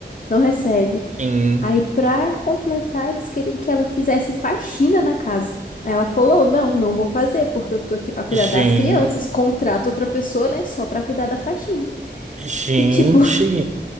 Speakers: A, on the left (about 50°); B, on the right (about 40°).
A: não recebe.
B: sim.
A: Aí, pra completar, eles queriam que ela fizesse faxina na casa. Ela falou: Não, não vou fazer, porque eu tô aqui pra cuidar
B: Gen-
A: das crianças. Contrato outra pessoa, né? Só pra cuidar da faxina.
B: Gente,
A: E tipo, <laughs>